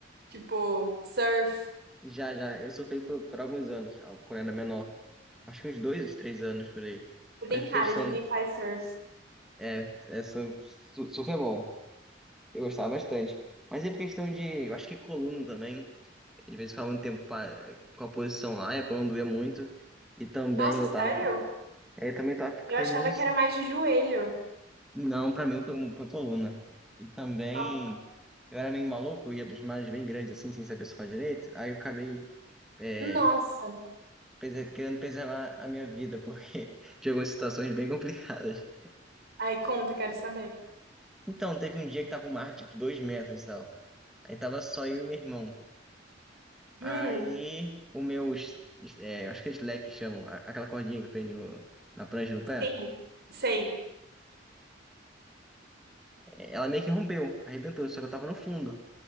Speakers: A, on the right (about 60°); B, in the centre.
A: Tipo, surf.
B: Já, já. Eu surfei por, por alguns anos, quando era menor. Acho que uns dois, uns três anos por aí.
A: Você
B: Mas
A: tem
B: por
A: cara
B: questão.
A: de quem faz surf.
B: É, é su- su- surf é bom. Eu gostava bastante. Mas é por questão de. Eu acho que coluna também. Às vezes ficava muito tempo pa- com a posição lá, e quando doía muito. E também
A: Nossa,
B: eu
A: sério?
B: tava. é, Eu também tava fic-
A: Eu
B: terminando
A: achava
B: isso.
A: que era mais de joelho.
B: Não, pra mim foi, foi coluna. E também.
A: Ah.
B: Eu era meio maluco, eu ia dos mares bem grandes, assim, sem saber surfar direito. Aí eu acabei é,
A: Nossa.
B: preser- querendo preservar a minha vida, porque <laughs> tinha algumas situações bem complicadas.
A: Aí conta, quero saber.
B: Então, teve um dia que tava um mar, tipo, dois metros e tal. Aí tava só eu e meu irmão. Aí
A: Hum,
B: o meu, s- é, acho que é slack que chamam, a- aquela cordinha que prende no- na prancha no pé,
A: sim, sei.
B: é, ela meio que rompeu, arrebentou, só que eu tava no fundo,